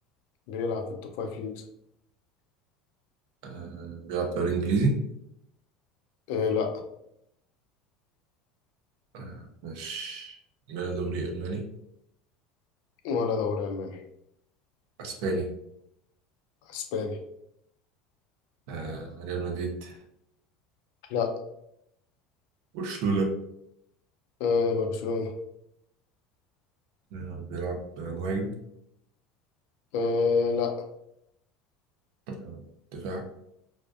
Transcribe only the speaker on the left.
بيلعب في التوب فايف ليجز
أه لا
ولا دوري ألماني
اسباني
لا
أه برشلونة
أه لا